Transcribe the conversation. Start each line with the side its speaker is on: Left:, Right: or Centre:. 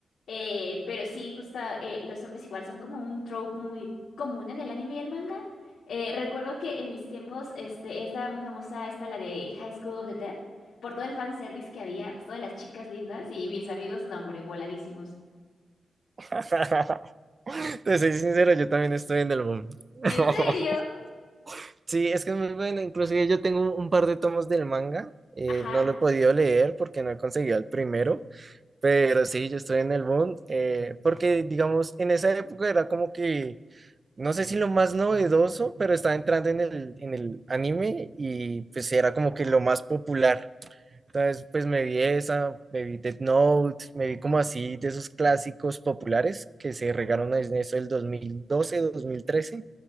Left: Eh, pero sí, justo eh, los zombies igual son como un trope muy común en el anime y el manga. Eh, recuerdo que en mis tiempos este, estaba muy famosa esta, la de High School of the Dead, por todo el fanservice que había, pues todas las chicas lindas y mis amigos, no, hombre, voladísimos.
Right: <laughs> Te soy sincero, yo también estoy en el boom. <laughs>
Left: ¿En serio?
Right: Sí, es que es muy bueno. Inclusive yo tengo un, un par de tomos del manga. eh,
Left: Ajá.
Right: no lo he podido leer porque no he conseguido el primero. Pero sí, yo estoy en el boom. eh, porque, digamos, en esa época era como que, no sé si lo más novedoso, pero estaba entrando en el, en el anime y pues era como que lo más popular. Entonces, pues me vi esa, me vi Death Note, me vi como así de esos clásicos populares que se regaron en eso del 2012, 2013,